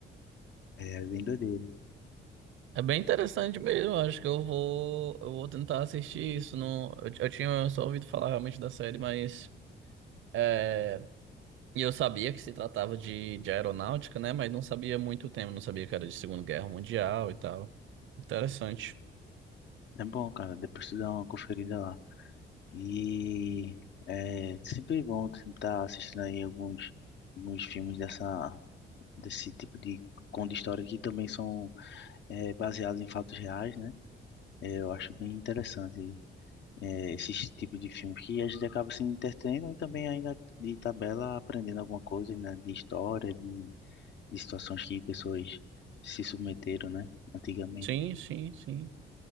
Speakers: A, on the left; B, on the right.
A: É bem doideiro.
B: É bem interessante mesmo, acho que eu vou, eu vou tentar assistir isso. Não, eu, eu tinha só ouvido falar realmente da série, mas. é, E eu sabia que se tratava de, de aeronáutica, né? Mas não sabia muito o tema, não sabia que era de Segunda Guerra Mundial e tal. Interessante.
A: É bom, cara. Depois tu dá uma conferida lá. E é sempre é bom estar assistindo aí alguns, alguns filmes dessa, desse tipo de conto de história que também são é, baseados em fatos reais, né? É, eu acho bem interessante é, esse tipo de filme que a gente acaba se entretendo e também ainda de tabela aprendendo alguma coisa, né? De história, de de situações que pessoas se submeteram, né, antigamente.
B: Sim, sim, sim.